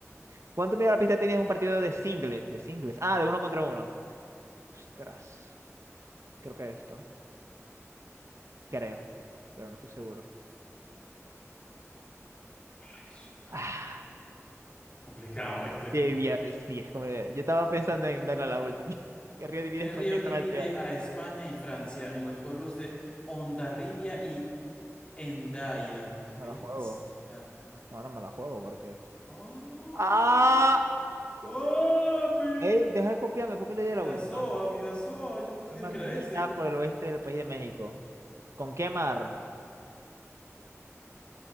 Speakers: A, on the right; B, on the left.
A: <laughs> ¿Cuánto mide la pista tenías en un partido de singles? De singles. Ah, de uno contra uno. Ostras. Creo que esto. Creo. Pero no estoy seguro.
B: Ay, su madre.
A: Ah,
B: Complicado, ¿viste?
A: debía- eh, Sí, es como. Yo estaba pensando en darle a la última. <laughs> Querría dividir
B: ¿Qué
A: España
B: río
A: y
B: divide
A: Francia.
B: a España y Francia en los pueblos de Hondarribia y Hendaya? Bestia.
A: Me la juego. No, no me la juego porque.
B: Papi,
A: Ah,
B: papi.
A: Ey, deja de copiarme, ¿por qué le di
B: Vidasoa,
A: a la última?
B: Vidasoa. Yo te
A: ¿Qué
B: dije
A: mar
B: que
A: limita
B: era ese.
A: por el oeste del país de México? ¿Con qué mar?